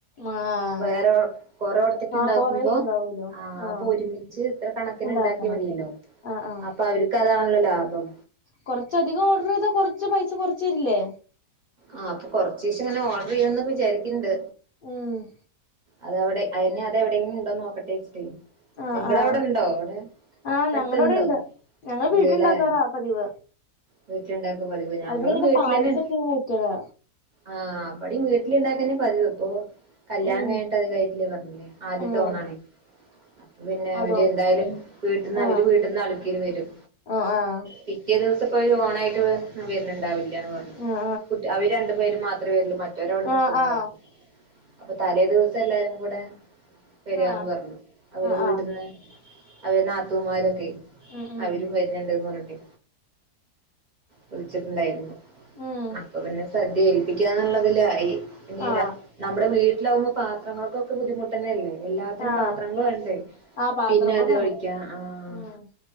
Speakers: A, on the left; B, on the right.
A: ആഹ്
B: വേറെ കൊറോട്ത്ത്ക്ക്
A: ആഹ്
B: ഉണ്ടാക്കുമ്പോ
A: കൊറേ ഇതുണ്ടാവൂലോ
B: ആ
A: ആഹ്
B: അപ്പൊ ഒരുമി ജ് ഇത്ര കണക്കിന്
A: ഉണ്ടാക്കണത്
B: ഉണ്ടാക്കിയാ മതീല്ലോ
A: ആഹ് ആഹ്
B: അപ്പൊ അവർക്ക് അതാണല്ലോ ലാഭം
A: കുറച്ചധികം ഓർഡർ ചെയ്താ കുറച്ച് പൈസ കൊറച്ച് തരില്ലേ
B: ആ അപ്പൊ കൊറച്ചീച്ചങ്ങന ഓഡർ ചെയ്യണന്നൊക്കെ വിചാരിക്ക്ണ്ട്
A: ഉം
B: അതവിടെ അയ്ന് അതെവിടെങ്കിലും ഉണ്ടോന്ന് നോക്കട്ടെച്ച്ട്ടെയ്
A: ആഹ്
B: നിങ്ങടവിടെണ്ടോ
A: ആഹ്
B: അവിടെ
A: ആഹ് ഞങ്ങടവിടെ
B: എട്ത്ത്ണ്ടോ
A: ഇണ്ട് ഞങ്ങൾ
B: ഇണ്ട്
A: വീട്ടിലുണ്ടാക്കാറാ
B: ലേ
A: പതിവ്
B: വീട്ടില്ണ്ടാക്കാ പതിവ് ഞങ്ങളും
A: ഇവിടെ ഇങ്ങനെ
B: വീട്ടിലന്നെ
A: പായസൊക്കെ ഇങ്ങനെ വെക്കലാ
B: ആ ഇവിടം വീട്ടിലിണ്ടാക്കന്നെ പതിവ് ഇപ്പോ കല്യാണം
A: ഉം
B: കഴിഞ്ഞട്ട് അധികായ്ട്ടില്ലാന്ന് പറഞ്ഞില്ലേ ആദ്യത്തെ
A: ഉം
B: ഓണാണെ അപ്പൊ പിന്നെ
A: അതോ
B: അവര് എന്തായാലും വീട്ടിന്ന് അവര്
A: ആഹ്
B: വീട്ടിന്ന് അള്ക്കിന് വരും
A: ആഹ് ആഹ്
B: പിറ്റേ ദിവസം ഇപ്പൊ ഒരു ഓണായിട്ട് വ് വെരണിണ്ടാവില്ല്യാന്ന് പറഞ്ഞു
A: ആഹ്
B: കുട്ടി അവര് രണ്ടു പേരും മാ ത്രേവരുള്ളൂ മറ്റോര് അവിടെ നിക്കുംന്ന്
A: ആഹ് ആഹ് ആഹ്
B: പറഞ്ഞു അപ്പൊ തലേദിവസം എല്ലാരും കൂടെ വരാന്ന്
A: ആഹ്
B: പറഞ്ഞു അവര്
A: ആഹ്
B: വീട്ടിന്ന്
A: ആഹ്
B: അവര് നാത്തൂമ്മാരൊക്കെ
A: ഉം ഉം
B: അവരും വര്നെണ്ട്ന്ന് പറഞ്ഞിട്ടെ വിളിച്ചിട്ടുണ്ടായിരുന്നു
A: ഉം
B: അപ്പൊ പിന്നെ സദ്യ ഏൽപ്പിക്കാന്നിള്ളതിലായി പിന്നെരാ
A: ആഹ്
B: നമ്മടെ വീട്ടിലാവുമ്പൊ പാത്രങ്ങൾക്കൊക്കെ ബുദ്ധിമുട്ടെന്നല്ലേ എല്ലാത്തിനും
A: ആഹ്
B: പാത്രങ്ങള് വേണ്ടേ
A: ആഹ് പാത്രങ്ങൾ
B: പിന്നെ അത്
A: വേണം
B: ഒഴിക്കാ ആഹ്
A: ഉം